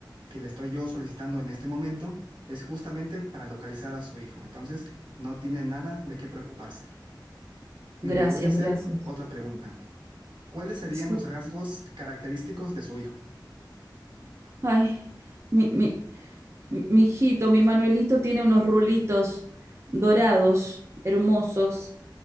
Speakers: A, on the right; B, on the right.
A: que le estoy yo solicitando en este momento es justamente para localizar a su hijo. Entonces, no tiene nada de qué preocuparse. Mire,
B: gracias,
A: le voy a hacer
B: gracias.
A: otra pregunta. ¿Cuáles serían
B: Sí.
A: los rasgos característicos de su hijo?
B: Ay, me, me- Mi hijito, mi Manuelito tiene unos rulitos dorados, hermosos,